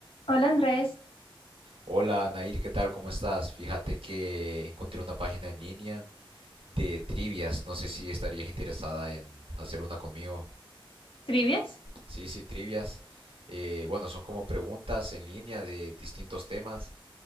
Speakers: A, on the left; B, on the right.
A: Hola Andrés,
B: Hola Nair, ¿qué tal? ¿Cómo estás? Fíjate que encontré una página en línea de trivias. No sé si estarías interesada en hacer una conmigo.
A: ¿trivias?
B: Sí, sí, trivias. Eh, bueno, son como preguntas en línea de distintos temas.